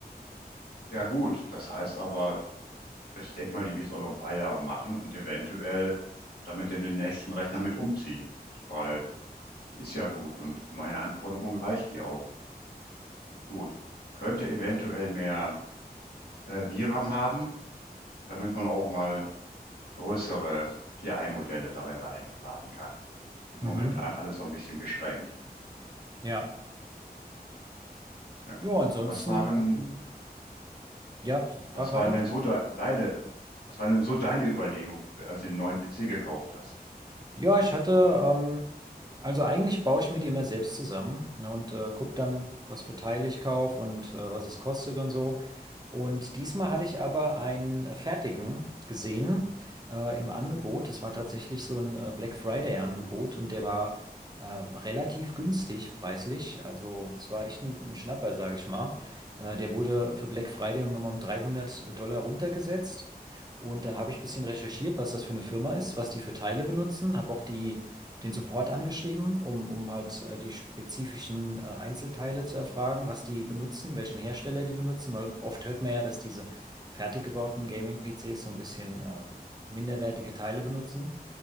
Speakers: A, on the left; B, on the right.
A: Ja gut, das heißt aber, Ich denke mal, die wird es auch noch ein paar Jahre machen und eventuell damit in den nächsten Rechner mit umziehen, weil die ist ja gut und für meine Anforderungen reicht die auch. Gut. Könnte eventuell mehr äh, VRAM haben, damit man auch mal größere KI-Modelle darin reinladen kann. Das ist
B: Mhm,
A: momentan alles so ein bisschen beschränkt.
B: ja.
A: Ja.
B: Ja, ansonsten,
A: Was waren,
B: ähm, ja, frag
A: was
B: weiter.
A: waren denn so de deine, was waren denn so deine Überlegungen, als du den neuen PC gekauft hast?
B: Ja, ich
A: Also
B: hatte, ähm, also eigentlich baue ich mir die immer selbst zusammen, ne, und äh, gucke dann, was für Teile ich kaufe und äh, was es kostet und so. Und diesmal hatte ich aber einen äh, fertigen gesehen äh, im Angebot. Das war tatsächlich so ein äh, Black Friday-Angebot und der war äh, relativ günstig preislich. Also es war echt ein, ein Schnapper, sage ich mal. Äh, der wurde für Black Friday um nochmal um 300 äh, Dollar runtergesetzt. Und dann habe ich ein bisschen recherchiert, was das für eine Firma ist, was die für Teile benutzen, habe auch die, den Support angeschrieben, um, um halt äh, die spezifischen äh, Einzelteile zu erfragen, was die benutzen, welchen Hersteller die benutzen, weil oft hört man ja, dass diese fertig gebauten Gaming-PCs so ein bisschen äh, minderwertige Teile benutzen.